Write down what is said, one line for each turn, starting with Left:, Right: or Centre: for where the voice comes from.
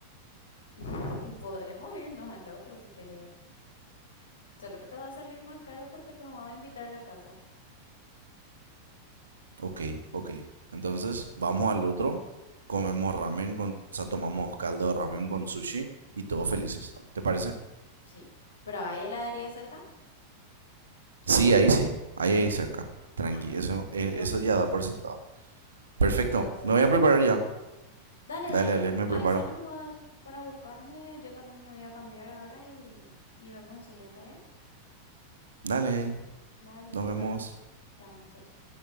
Left: <laughs> Y Podemos irnos al otro si querés. Solo que te va a salir más caro porque lo va a invitar a la casa.
Right: Ok, ok. Entonces, vamos al otro, comemos ramen con, o sea, tomamos caldo de ramen con sushi y todos felices. ¿Te parece?
Left: Sí. ¿Pero hay heladería cerca?
Right: Sí, ahí sí, ahí ahí cerca. Tranqui,
Left: No.
Right: eso,
Left: Bueno,
Right: eh,
Left: entonces.
Right: eso ya da por sentado. Perfecto,
Left: Entonces
Right: me voy a preparar
Left: estamos.
Right: ya.
Left: Dale,
Right: Dale,
Left: dale.
Right: dale, me
Left: Avísame
Right: preparo.
Left: nomás para buscarme. Yo también me voy a cambiar ahora y, y vemos enseguida, ¿está bien?
Right: Dale,
Left: Dale,
Right: nos
Left: nos
Right: vemos.
Left: vemos. Te amo, chao, chao.